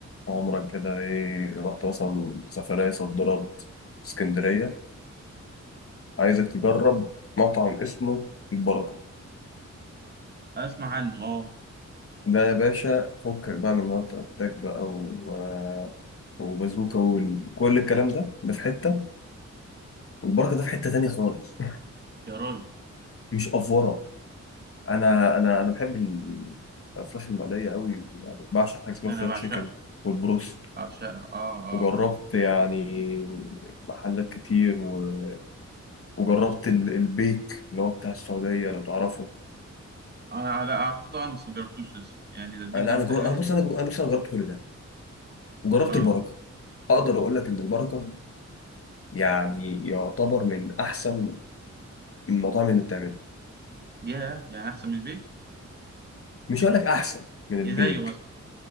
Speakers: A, on the left; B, on the right.
A: عمرك كده ايه رحت مثلا سفرية صد رد اسكندرية عايزك تجرب مطعم اسمه البركة
B: اسمع عنه اه
A: ده يا باشا فكك بقى من وقت اتاك بقى و... آه، وبازوكا وكل الكلام ده ده في حتة والبركة ده في حتة تانية خالص <laughs>
B: يا راجل
A: مش أفورة أنا أنا أنا بحب ال- الفراخ المقلية أوي يعني بعشق حاجة اسمها
B: انا
A: فريد
B: بعشقها
A: تشيكن والبروست
B: بعشقها اه اه
A: وجربت
B: اه
A: يعني محلات كتير و... وجربت ال- البيك اللي هو بتاع السعودية لو تعرفه
B: انا لا اعرفه طبعا بس ما جربتوش لسه يعني ده البيك
A: أنا لا
B: ده
A: أنا
B: تقريبا
A: جر... أنا بص أنا جر... أنا بص أنا جربت كل ده وجربت
B: <laughs> اه
A: البركة أقدر أقول لك إن البركة يعني يعتبر من أحسن المطاعم اللي بتعمله
B: ياه يعني احسن من البيك
A: مش هقول لك أحسن من البيك
B: يا زيه مثلا